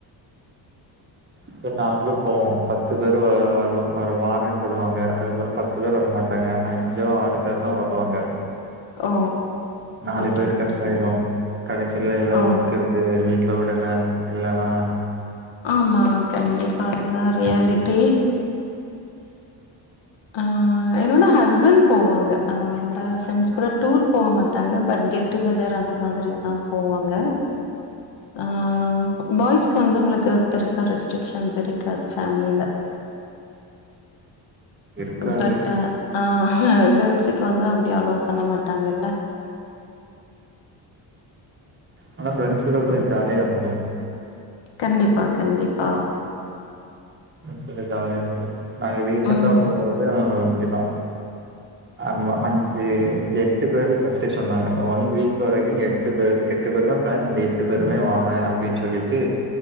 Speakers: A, on the right (about 25°); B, on the left (about 70°).
A: இப்ப நாங்களு போவோ பத்து பேரு வ வர் வர் வாரன்னு சொல்லுவாங்க. அதுக்கப்றோ பத்து பேர் வரமாட்டாங்க. அஞ்சோ ஆறு பேர் தா வருவாங்க.
B: ஓ
A: நாலு
B: ஓகே
A: பேரு
B: ஓகேங்க
A: கட் ஆய்ரு. கடைசீல எதா
B: ஓ
A: ஒர்க் இருக்கு வீட் ல விடல இல்லனா
B: ஆமா கண்டிப்பா அதுதா ரியாலிட்டி. ஆ என்னோட ஹஸ்பண்ட் போவாங்க. அவங்ளோட ஃப்ரெண்ட்ஸ் கூட டூர் போ மாட்டாங்க பட் கெட் டு கெதர் அந்த மாதிரி எல்லா போவாங்க ஆ பாய்ஸ்க்கு வந்து உங்களுக்கு பெருசா ரெஸ்ட்ரிக்ஷன்ஸ் இருக்காது. ஃபேம்லீல
A: இருக்காது
B: பட் அ அங்க ஸ்க்கு வந்து அப்டி அலோ பண்ண மாட்டாங்கல்ல
A: ஆனா ப்ரெண்ட்ஸ் கூட போய் ஜாலியா இருக்கும்
B: கண்டிப்பா கண்டிப்பா
A: சரி ஜாலியா இருக்கும் நாங்க ரிசெண்ட்டா
B: ம்.
A: போகும்போது இப்படிதா ஆமா அஞ்சு எட்டு பேரு ஃபர்ஸ்ட் சொன்னாங்க ஒன் வீக் வரைக்கும் எட்டு பேரு எட்டு பேரு தா பிளான் அந்த எட்டு பேருமே வறேன் அப்படின்னு சொல்லிட்டு